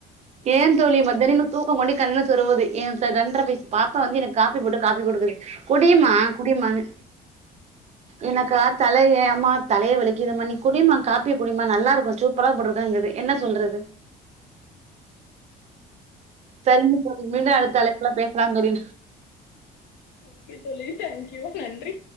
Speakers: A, on the right; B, on the left.
A: ஏன் தோழி மத்தரு இன்னு தூக்கம் கொண்டே கண்ணு சொருவது என் ரெண்டற வயசு பாப்பா வந்து என காப்பி போட்டு காப்பி கொடுக்குது குடிமா குடிமானு எனக்கா தலைய அம்மா தலைய வலிக்குதும்மா குடிமா காப்பி குடிமா நல்லா இருக்கும் சூப்பரா போட்டுருக்கங்குது என்ன சொல்றது செரிங்க தோழி மீண்டும் அடுத்த அலைப்ல பேசலாம் தோழி
B: ஓகே தோழி தேங்க்யூ நன்றி